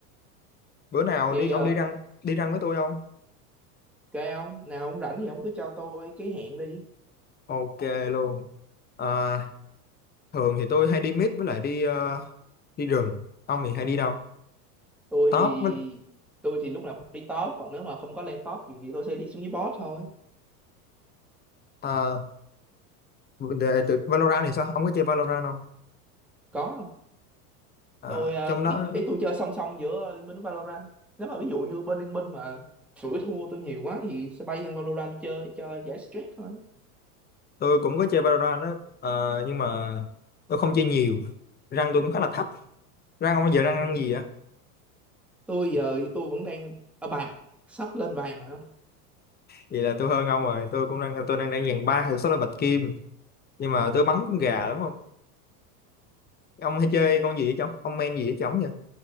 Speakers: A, on the left (about 20°); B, in the centre.
A: bữa nào
B: thì
A: đi ông
B: ờ,
A: đi răng đi răng với tôi không
B: kệ ông nào ông rảnh thì ông cứ cho tôi cái hẹn đi
A: ok luôn à, thường thì tôi hay đi mít với lại đi ờ, đi rừng ông thì hay đi đâu
B: tôi
A: top
B: thì
A: với
B: tôi thì lúc nào cũng đi top còn nếu mà không có lên top thì tôi sẽ đi xuống dưới bot thôi
A: à, về từ Valorant thì sao ông có chơi Valorant không
B: có không
A: à,
B: tôi ờ,
A: trong đó
B: thì ý tôi chơi song song giữa Liên Minh với Valorant nếu mà ví dụ như bên Liên Minh mà chuỗi thua tôi nhiều quá thì sẽ bay sang Valorant chơi cho giải stress thôi
A: tôi cũng có chơi Valorant đó Ờ, nhưng mà tôi không chơi nhiều răng tôi cũng khá là thấp răng ông bây giờ răng răng gì vậy
B: tôi giờ tôi vẫn đang ở bạc sắp lên vàng rồi
A: vậy là tôi hơn ông rồi tôi cũng đang tôi đang đang dàn ba hay số là bạch kim nhưng mà tôi bắn cũng gà lắm không ông hay chơi con gì vậy chồng ông men gì vậy chồng vậy